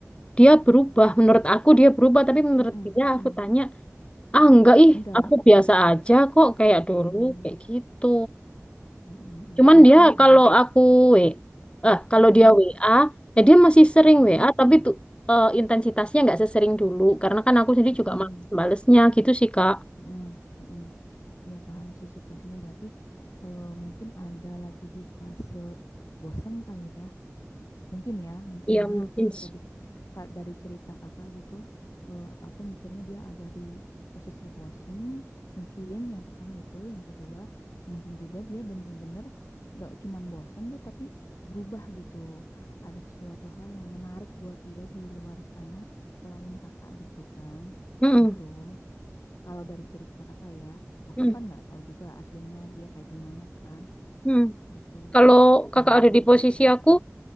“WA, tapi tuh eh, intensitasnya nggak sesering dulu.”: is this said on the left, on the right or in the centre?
Left